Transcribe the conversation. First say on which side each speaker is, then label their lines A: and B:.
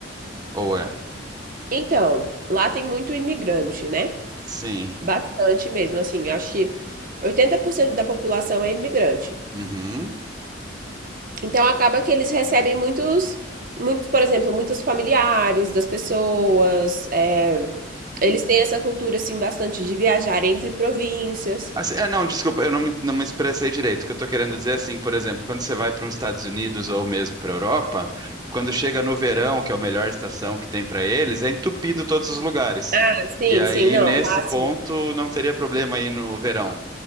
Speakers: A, on the right; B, on the right.
A: Ou é?
B: Então, lá tem muito imigrante, né?
A: Sim.
B: Bastante mesmo, assim, eu acho que 80% da população é imigrante.
A: Uhum.
B: Então acaba que eles recebem muitos, muitos, por exemplo, muitos familiares das pessoas. é, eles têm essa cultura assim bastante de viajar entre províncias.
A: Assim, é, não, desculpa, eu não me, não me expressei direito. O que eu tô querendo dizer é assim, por exemplo, quando você vai para os Estados Unidos ou mesmo para a Europa, quando chega no verão, que é a melhor estação que tem para eles, é entupido todos os lugares.
B: Ah, sim,
A: E aí,
B: sim, não.
A: nesse
B: Lá, assim,
A: ponto, não teria problema aí no verão.